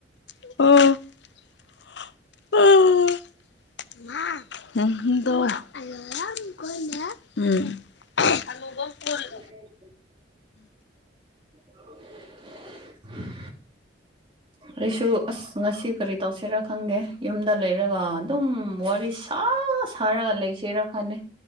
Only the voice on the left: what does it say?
<unintelligible> <unintelligible> <unintelligible> <inaudible>